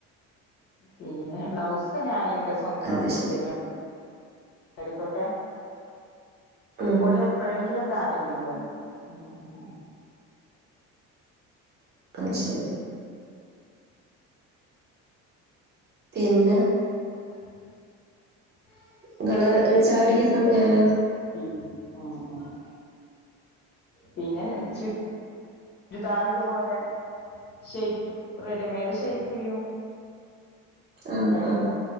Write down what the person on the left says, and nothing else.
പിന്നെ ബ്ലൗസ് ഞാൻ എന്റെ സ്വന്തം ബ്ലൗസും
പിന്നെ <unintelligible>
തുപോലെ എപ്പോഴെങ്കിലും ഒക്കെ ആരെങ്കിലും കൊണ്ട് ഉം ഉം ഉം
<inaudible>
പിന്ന് ആഹ് ആഹ് പിന്നെ ചു രിതാറ് ഇതുപോലെ ഷെയ്പ് റെഡിമേഡ് ഷെയ്പ്പെയ്യും.
അയില്